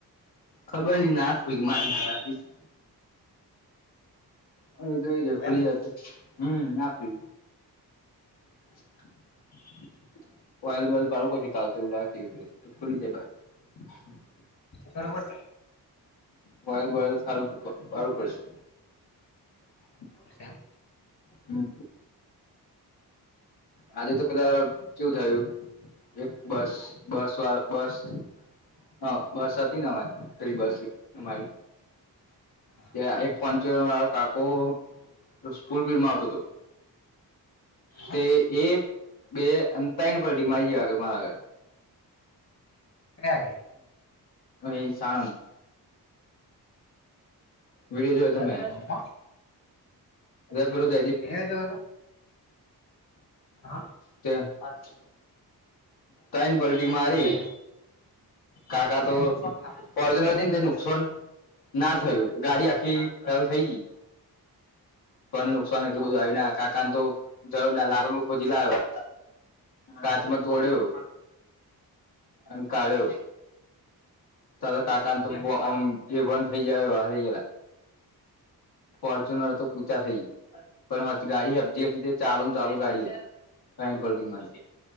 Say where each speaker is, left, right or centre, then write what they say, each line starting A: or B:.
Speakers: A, on the left; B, on the left.
A: ખબર નઈ ના <unintelligible> હ તો
B: એવું
A: એ ખુલી
B: એમ
A: જતું હમ આખું <inaudible> <unintelligible>
B: બરોબર છે
A: બોયલ બોયલ સારું સારું પડશે <inaudible>
B: <inaudible>
A: હમ આજે તો પેલા કેવું થયું એક બસ બસ વાળ બસ હા બસ હતી ને અમારી પેલી બસ અમારી
B: <inaudible>
A: ત્યાં એક ફંચરો કાકો <unintelligible> આવતો હતો
B: હા
A: તે એક બે તઈણ પલ્ટી મારી જ્યો મારા આગર
B: <unintelligible>
A: અહીં સાણંદ વિડીયો જોયો
B: દર
A: તો મે
B: કોમમાં
A: પેલો <unintelligible>
B: વિડીયો જોયો તો હા
A: <unintelligible> તઈન પલટી મારી
B: એ ભાઈ
A: કાકા તો
B: હા
A: <unintelligible> નુકસાન ના થયું ગાડી આખી ફેલ થઈ ગઈ પણ નુકસાન એટલું બધું આયુ ના કાકાન તો <unintelligible> લાકડું શોધી લાયો કાચમાં તોડ્યો અને કાળ્યો તાતા કાકાન
B: એવું
A: તોમ <unintelligible>
B: એમ
A: ફોરર્ચુનર તો <unintelligible> પણ ગાડી જે હતી તે ચાલુ ને ચાલુ ગાડી <unintelligible>